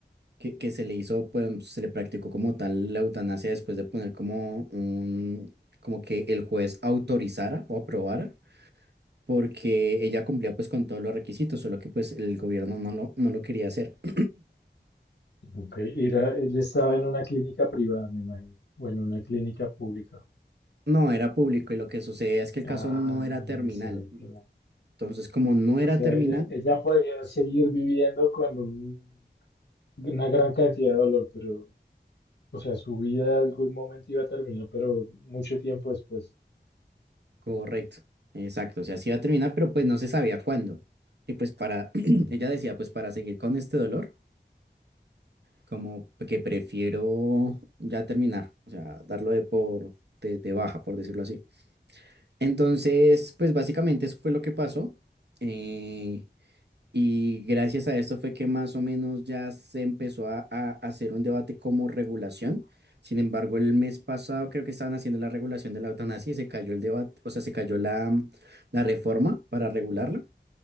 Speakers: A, on the right; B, on the left.
A: que, que se le hizo, pues se le practicó como tal la eutanasia después de poner como un, como que el juez autorizara o aprobara, porque ella cumplía pues con todos los requisitos, solo que pues el gobierno no lo, no lo quería hacer. <clears throat>
B: Ok, y la- ella estaba en una clínica privada, me imagino, o en una clínica pública.
A: No, era público y lo que sucede es que el
B: Ah,
A: caso no era terminal.
B: ese era el problema.
A: Entonces, como no era
B: O sea,
A: terminal,
B: ella, ella podía seguir viviendo con un- una gran cantidad de dolor, pero, o sea, su vida en algún momento iba a terminar, pero mucho tiempo después.
A: correcto, exacto, o sea, sí iba a terminar, pero pues no se sabía cuándo. Y pues para, <clears throat>
B: Ujú.
A: ella decía, pues para seguir con este dolor, como que prefiero ya terminar, o sea, darlo de por, de, de baja, por decirlo así. Entonces, pues básicamente eso fue lo que pasó. Eh, Y gracias a esto fue que más o menos ya se empezó a, a hacer un debate como regulación. Sin embargo, el mes pasado creo que estaban haciendo la regulación de la eutanasia y se cayó el debate, o sea, se cayó la, mm, la reforma para regularla.